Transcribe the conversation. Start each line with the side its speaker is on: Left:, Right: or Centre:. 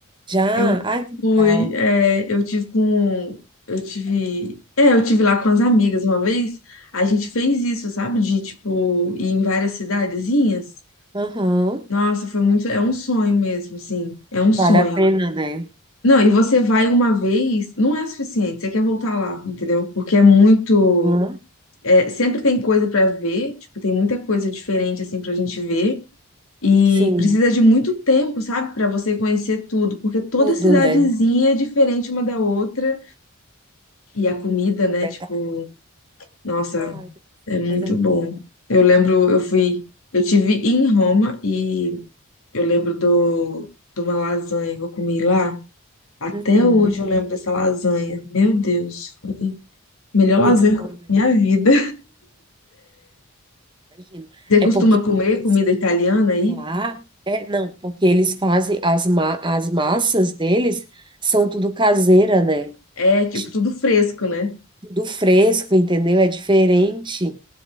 Right: já.
Left: Eu
Right: Ai, que
Left: fui,
Right: legal.
Left: é, eu tive com, eu tive, é, eu tive lá com as amigas uma vez. A gente fez isso, sabe? De, tipo, ir em várias cidadezinhas.
Right: Aham.
Left: Nossa, foi muito, é um sonho mesmo, assim, é um sonho.
Right: Vale a pena, né?
Left: Não, e você vai uma vez, não é suficiente, você quer voltar lá, entendeu? Porque é muito,
Right: Hum?
Left: é, sempre tem coisa pra ver, tipo, tem muita coisa diferente assim pra gente ver e
Right: Sim,
Left: precisa de muito tempo, sabe, Pra você conhecer tudo, porque toda
Right: tudo,
Left: cidadezinha
Right: né?
Left: é diferente uma da outra e a comida, né,
Right: Verdade.
Left: tipo, nossa,
Right: Ai, deve
Left: é
Right: ser
Left: muito
Right: coisa mais.
Left: bom. Eu lembro, eu fui, eu tive em Roma e eu lembro do de uma lasanha que eu comi lá. Até
Right: Uhum.
Left: hoje eu lembro dessa lasanha. Meu Deus. Melhor
Right: Muito
Left: lazer
Right: bom,
Left: que eu
Right: né?
Left: tenho na minha vida.
Right: Imagina.
Left: Você
Right: É
Left: costuma
Right: porque
Left: comer
Right: eles,
Left: comida italiana
Right: porque
Left: aí?
Right: lá, é, não, porque eles fazem as, ma as massas deles são tudo caseira, né?
Left: É, tipo,
Right: Tipo,
Left: tudo fresco, né?
Right: Tudo fresco, entendeu? É diferente.